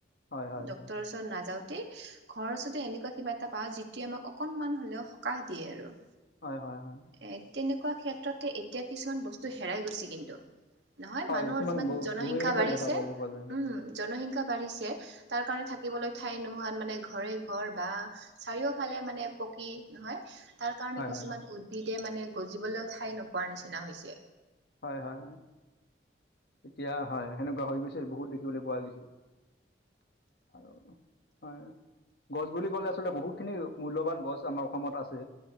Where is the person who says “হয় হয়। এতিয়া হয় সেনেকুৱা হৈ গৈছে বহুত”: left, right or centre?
Left